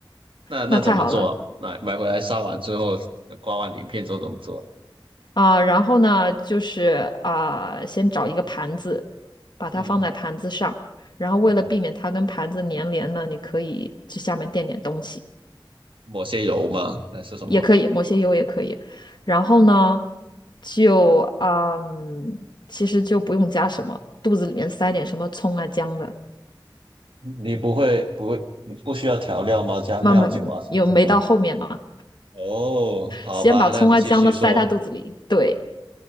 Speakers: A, on the right; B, on the left.
A: 那那怎么做啊买买回来杀完之后，
B: 那太好了
A: 呃刮完鳞片之后怎么做？
B: 啊。然后呢，就是啊，先找一个盘子，把它放在盘子上，
A: 嗯
B: 然后为了避免它跟盘子粘连呢，
A: 嗯，
B: 你可以这下面垫点东西，
A: 抹些油吗？还是什么？
B: 也可以，抹些油也可以。然后呢，就嗯，其实就不用加什么，肚子里面塞点什么葱啊姜的，
A: 你不会不会，你不需要调料吗？加料酒啊什么什么？
B: 慢慢有没到后面嘛，
A: 哦，好吧，
B: 先把葱啊姜的塞它肚子里，
A: 那你继续说。
B: 对，